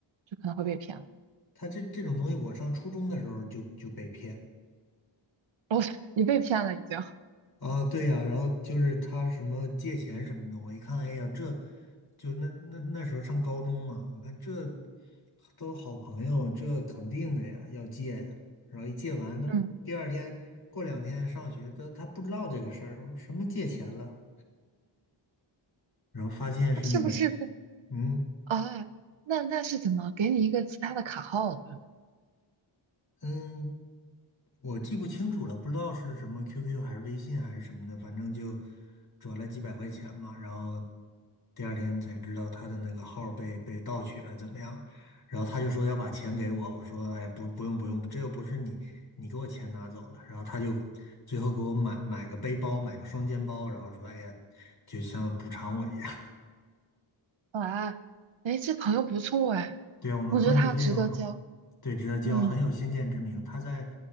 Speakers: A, on the right (about 70°); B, on the left (about 50°).
A: 就可能会被骗了。
B: 他这这种东西，我上初中的时候就就被骗。
A: <laughs> 哦，你被骗了已经，
B: 啊，对呀，然后就是他什么借钱什么的，我一看，哎呀，这就那那那时候上高中嘛，我看这都好朋友，这肯定的呀，要借呀。然后一借完，但是第二天过两天上学，
A: 嗯，
B: 他他不知道这个事儿，我说什么借钱了，然后发现是那个，
A: 他是不是？
B: 嗯
A: 啊，那那是怎么给你一个其他的卡号的？
B: 嗯，我记不清楚了，不知道是什么 QQ 还是微信还是什么的，反正就转了几百块钱嘛，然后第二天才知道他的那个号儿被被盗取了，怎么样？然后他就说要把钱给我，我说哎呀不不用不用，这又不是你你给我钱拿走了，然后他就最后给我买买个背包，买个双肩包，然后说哎呀就像补偿我一样，
A: 哇，哎，这朋友不错哎，
B: 对啊，我们关系非常好。
A: 我觉得他值得交。
B: 对，知道叫很有先见之明。
A: 嗯，
B: 他在